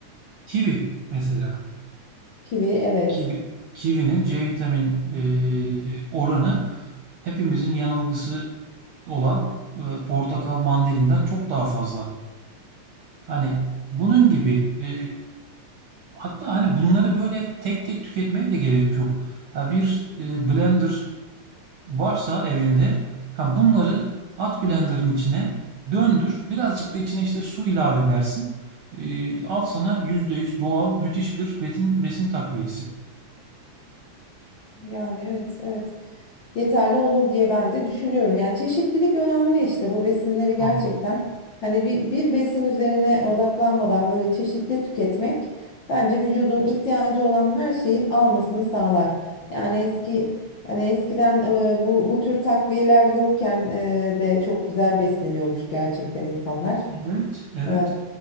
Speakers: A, on the right; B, on the left.
A: Kivi mesela.
B: Kivi evet.
A: Kivi, kivinin C vitamin e, oranı hepimizin yanılgısı olan e, portakal mandalinden çok daha fazla. Hani bunun gibi e, Hatta hani bunları böyle tek tek tüketmeye de gerek yok. Ha bir e, blender varsa evinde ha bunları at blenderın içine döndür. Birazcık da içine işte su ilave edersin. E, al sana %100 doğal müthiş bir besin, besin takviyesi.
B: Yani evet evet. yeterli olur diye ben de düşünüyorum. Yani çeşitlilik önemli işte bu besinleri
A: Çok.
B: gerçekten hani bir, bir besin üzerine odaklanmadan böyle çeşitli tüketmek bence vücudun ihtiyacı olan her şeyin almasını sağlar. Yani eski hani eskiden e, bu bu tür takviyeler yokken e, de çok güzel besleniyormuş gerçekten insanlar.
A: Evet, evet.
B: E,